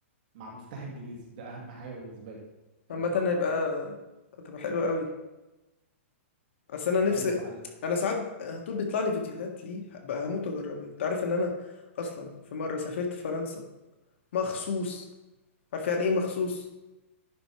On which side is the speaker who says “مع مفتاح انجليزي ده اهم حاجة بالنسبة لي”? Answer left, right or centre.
Right